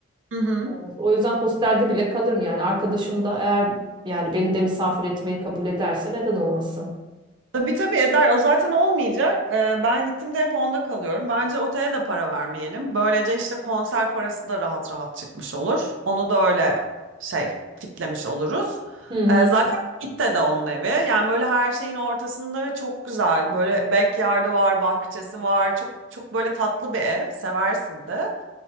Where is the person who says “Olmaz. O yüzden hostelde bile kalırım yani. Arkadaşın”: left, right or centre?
Right